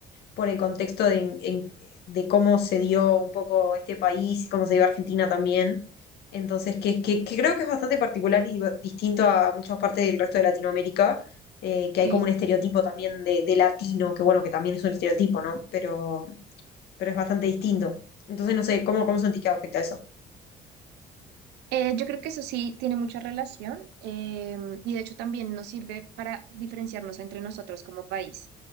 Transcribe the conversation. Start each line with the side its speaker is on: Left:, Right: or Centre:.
Left: por el contexto de, en- en- de cómo se dio un poco este país y cómo se dio Argentina también. Entonces, que, que- que creo que es bastante particular y ba- distinto a muchas partes del resto de Latinoamérica, eh, que
Right: Sí.
Left: hay como un estereotipo también de, de latino, que bueno, que también es un estereotipo, ¿no? Pero, pero es bastante distinto. Entonces, no sé, ¿cómo, cómo sentís que afecta eso?
Right: Eh, yo creo que eso sí tiene mucha relación em, y de hecho también nos sirve para diferenciarnos entre nosotros como país.